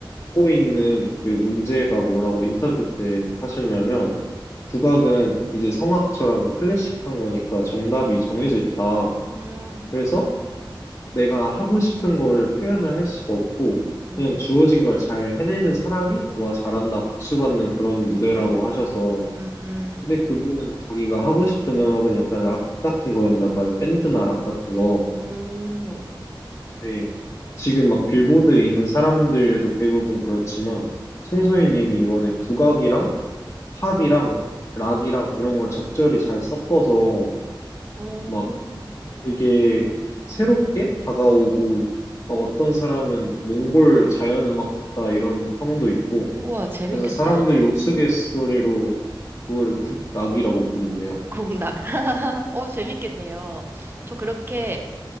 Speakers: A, on the left; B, on the right.
A: 갖고 있는 그 문제가 뭐라고 인터뷰 때 하셨냐면 국악은 이제 성악처럼 클래식한 거니까 정답이 정해져 있다.
B: 음,
A: 그래서 내가 하고 싶은 거를 표현을 할 수가 없고
B: 음,
A: 그냥 주어진 걸 잘 해내는 사람이 와 잘한다 박수 받는 그런 무대라고
B: 음,
A: 하셔서
B: 음,
A: 근데 그분은 자기가 하고 싶은 음악은 약간 락 같은 거였나 봐요 밴드나 락 같은 거
B: 음,
A: 근데 지금 막 빌보드에 있는 사람들도 대부분 그렇지만 송소희님이 이번에 국악이랑 팝이랑 락이랑 이런 걸 적절히 잘 섞어서
B: 오.
A: 막 되게 새롭게 다가오고 어, 어떤 사람은 몽골 자연음악 같다 이런 평도 있고
B: 우와, 재밌겠다.
A: 그래서 사람들이 우스갯소리로 그거를 국락이라고 부른대요.
B: 국락. <laughs> 어, 재밌겠네요. 저 그렇게